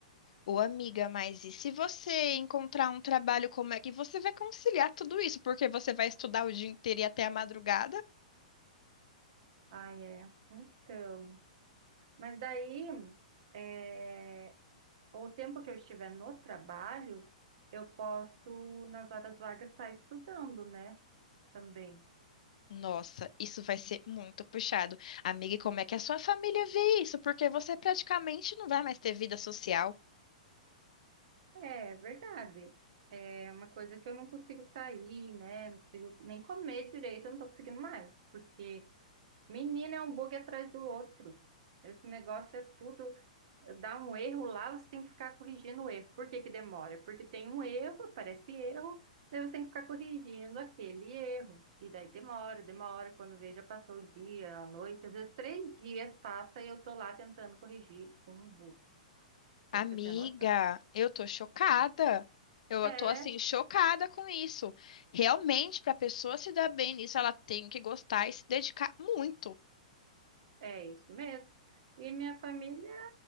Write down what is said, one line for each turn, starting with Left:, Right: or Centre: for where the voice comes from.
Left: Ô, amiga, mas e se você encontrar um trabalho, como é que você vai conciliar tudo isso? Porque você vai estudar o dia inteiro e até a madrugada?
Right: Ah, é. Então. Mas daí, é, o tempo que eu estiver no trabalho, eu posso, nas horas vagas, estar estudando, né? Também.
Left: Nossa, isso vai ser muito puxado. Amiga, e como é que a sua família vê isso? Porque você praticamente não vai mais ter vida social.
Right: É verdade. É uma coisa que eu não consigo sair, né? Não consigo nem comer direito, eu não tô conseguindo mais. Porque, menina, é um bug atrás do outro. Esse negócio é tudo. Dá um erro lá, você tem que ficar corrigindo o erro. Por que que demora? Porque tem um erro, aparece erro, daí você tem que ficar corrigindo aquele erro. E daí demora, demora. Quando veja, passou o dia, a noite, às vezes três dias passa e eu tô lá tentando corrigir um bug, pra
Left: Amiga,
Right: você ter noção.
Left: eu tô chocada. Eu
Right: É
Left: tô assim, chocada com isso. Realmente, para a pessoa se dar bem nisso, ela tem que gostar e se dedicar muito.
Right: É isso mesmo. E minha família